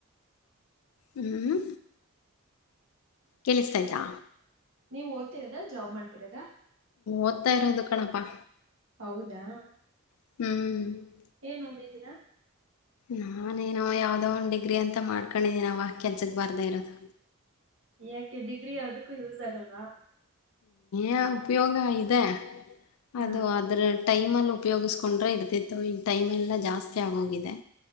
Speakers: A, on the left; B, on the right.
A: ಹ್ಮ್ ಕೇಳಿಸ್ತಾ ಆಯ್ತಾ.
B: ನೀವು ಓದ್ತಿರದ ಜಾಬ್ ಮಾಡ್ತಿರದಾ.
A: ಓದ್ತಾ ಇರೋದು ಕಣಪ್ಪ.
B: ಹೌದಾ.
A: ಹ್ಮ್.
B: ಏನ್ ಓದಿದ್ದೀರಾ.
A: ನಾನೇನೋ ಯಾವ್ದೋ ಒನ್ ಡಿಗ್ರಿ ಅಂತ ಮಾಡ್ಕೊಂಡಿದೀನ್ ಅವ ಕೆಲ್ಸಕ್ ಬಾರದೇ ಇರೋದು.
B: ಯಾಕೆ ಡಿಗ್ರಿ ಯಾವದಕ್ಕೂ ಯೂಸ್ ಆಗಲ್ವಾ.
A: ಏ ಉಪಯೋಗ ಇದೆ.
B: ಹಾ
A: ಅದು ಅದ್ರೆ ಟೈಮಲ್ಲಿ ಉಪಯೋಗಿಸ್ಕೊಂಡ್ರೆ ಇರ್ತಿತ್ತು ಈಗ ಟೈಮ್ ಎಲ್ಲಾ ಜಾಸ್ತಿ ಆಗೋಗಿದೆ.